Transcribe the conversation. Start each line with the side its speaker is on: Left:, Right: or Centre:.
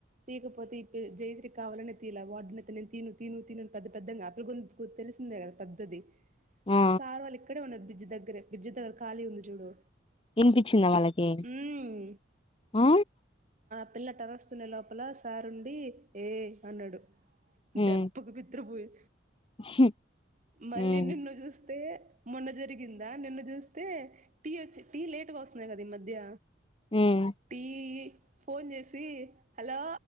Right: తీకపో పోతే ఇ జయశ్రీ కావాలనే తీలా వాడున నేను త తీను తను తనును పెద్ద పెద్దగా అ పిల్ల గొంతు తెసిందే కదా పద్ద్దది
Left: ఆ
Right: సార్ వాళ్ళు ఇక్కడే ఉన్నారు బ్రిడ్జి దగ్గరే బ్రిడ్జి దగ్గర ఖాళీ ఉంది చూడు
Left: వినిపించిందా వాళ్ళకి
Right: మ్మ్
Left: ఆ
Right: ఆ పిల్ల టరస్తునే లోపల సారుండి ఏ అన్నాడు
Left: హ్మ్.
Right: దెబ్బకు బిత్ర పోయి
Left: హ్మ్.
Right: మళ్ళీ
Left: హ్మ్.
Right: నిన్ను చూస్తే మొన్న జరిగిందా నిన్ను చూస్తే టీ వచ్చి టీ లేటుగా వస్తున్నాయి కదా ఈ మధ్య
Left: హ్మ్.
Right: టీ ఫోన్ చేసి హలో